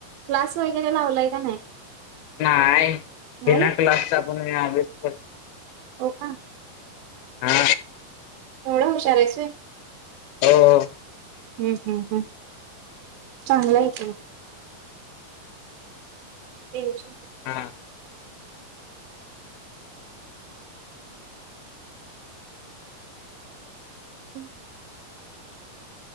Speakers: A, on the right; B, on the left.
A: क्लास वगैरे लावलाय का नाही
B: नाहीय बीना
A: नाही
B: क्लासचा पण मी अभ्यास करतो
A: हो का
B: हा
A: एवढं हुशार आहेस व्हय
B: हो
A: हम् हम् हम् चांगला आहे का तेज
B: हा
A: हम्